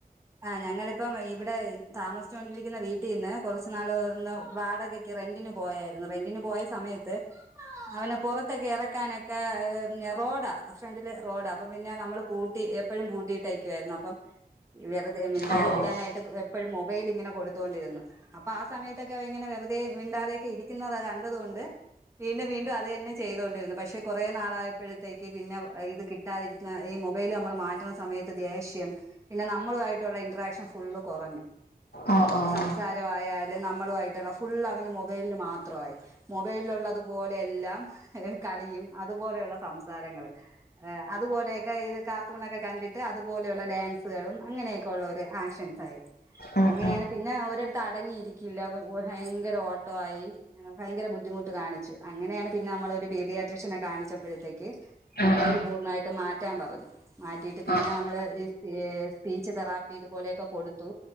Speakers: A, on the right; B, on the left.
A: ആ ഞങ്ങളിപ്പം ഇവിടെ താമസിച്ചാേണ്ടിരിക്ക്ന്ന വീട്ടീന്ന് കൊർച്ച് നാള് ഒന്ന് വാടകക്ക് റെന്റിന് പോയായിരുന്നു റെന്റിന് പോയ സമയത്ത് അവന പൊറത്തൊക്കെ എറക്കാനൊക്കെ റോഡാ ഫ്രണ്ടില് റോഡാ അപ്പം പിന്നെ നമ്മള് പൂട്ടി എ പ്പഴും പൂട്ടിയിട്ട്യേക്കുവായിരുന്നു അപ്പം വെർതെ മിണ്ടാതിരിക്കാനായിട്ട്
B: ആഹ്
A: എപ്പഴും മൊബൈലിങ്ങനെ കൊട്ത്തോണ്ടിര്ന്ന് അപ്പൊ ആ സമയത്തെ ക്കെങ്ങനെ വെർതേ മിണ്ടാതെയൊക്കെ ഇരിക്ക്ന്നത് കണ്ടത് കൊണ്ട് വീണ്ടും വീണ്ടും അത് തന്നെ ചെയ്തോണ്ടിര്ന്നു പക്ഷേ കൊറേ നാളായപ്പഴത്തേക്ക് പിന്നെ ഇത് കിട്ടാതിരുന്ന ഈ മൊബൈല് നമ്മള് മാറ്റ്ണ സമയത്ത് ദേഷ്യ പിന്നെ നമ്മളു ആയിട്ടുള്ള ഇൻട്രാക്ഷൻ ഫുള്ള് കൊറഞ്ഞു
B: ആഹ് ഓഹ് ആഹ് ഉം ഉം ആഹ് ഓഹ്
A: ഈ സംസാരം ആയാലും ന നമ്മളുമായിട്ട്ള്ള ഫുള്ള അവന് മൊബൈൽല് മാത്രമായി മൊബൈൽല്ള്ളതു പോലെ എല്ലാം കളി യും അത്പോലെയുള്ള സംസാരങ്ങള് അത്പോലെയൊക്കെ ഇത് കാർട്ടൂണൊക്കെ കണ്ടിട്ട് അത്പോലെയുള്ള ഡാൻസ്കളും അങ്ങനെയൊക്കെ ഉള്ളാെര് ആക്ഷൻസായി
B: ആഹ്
A: അങ്ങനെയാണ് പിന്നെ ഓരടത്ത് അടങ്ങിയിരി ക്കില്ല പോ ഭയങ്കര ഓട്ടവായി ഭയങ്കര ബുദ്ധിമുട്ട് കാണിച്ചു അങ്ങനെയാണ് പിന്നെ നമ്മളൊരു ബേബി യാട്രഷനെ കാണിച്ചപ്പഴത്തേക്ക്
B: ആഹ്
A: മൊബൈല് പൂർണ്ണായിട്ടും മാറ്റാം പറഞ്ഞു മാറ്റിയിട്ട് പിന്നെ
B: ആഹ്
A: നമ്മള് സ് ഏ സ്‌പീച്ച് തെറാപ്പി ഇതുപോലെയൊക്കെ കൊട്ത്തു